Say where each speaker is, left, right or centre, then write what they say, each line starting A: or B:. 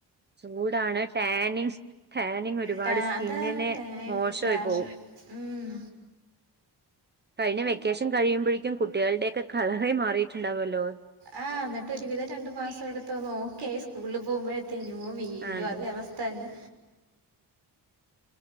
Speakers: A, on the right; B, on the right.
A: ചൂടാണ് ടാനിങ്സ് ടാനിങ്ങൊരുപാട്
B: ടാ
A: സ്കിന്നെനെ
B: അത് ടാൻ
A: മോശോയി
B: ഡാമേ
A: പോവും
B: ഉം
A: കഴിഞ്ഞ വെക്കേഷൻ കഴിയുമ്പഴേക്കും കുട്ടികളുടെയെക്ക കളറേ മാറിയിട്ടുണ്ടാവുവല്ലോ
B: ആഹ് എന്നിട്ടൊരുവിധം രണ്ടു മാസം എടുത്തൊന്നോക്കെയായി സ്കൂളിൽ പോകുമ്പഴ് തേനുമോ വീണ്ടു
A: ആ അതെ
B: അതേ അവസ്ഥ തന്നെ